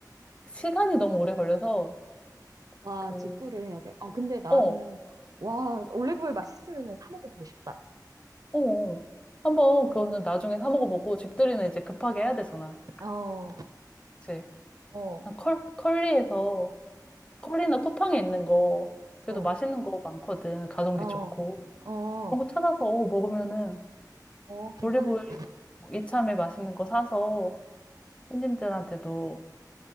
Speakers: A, on the left; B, on the right.
A: 시간이 너무 오래 걸려서
B: 와,
A: 그,
B: 직구를 해야 돼. 아, 근데 나는,
A: 어,
B: 와, 올리브오일 맛있으면 사 먹어보고 싶다.
A: 어, 어. 한번 그거는 나중에 사 먹어보고 집들이는 이제 급하게 해야 되잖아.
B: 어,
A: 그치?
B: 어,
A: 난 컬, 컬리에서 컬리나 쿠팡에 있는 거 그래도
B: 어,
A: 맛있는 거 많거든. 가성비
B: 어,
A: 좋고.
B: 어.
A: 그런 거 찾아서 어, 먹으면은
B: 어, 괜찮을
A: 올리브오일
B: 것 같아.
A: 이참에 맛있는 거 사서 손님들한테도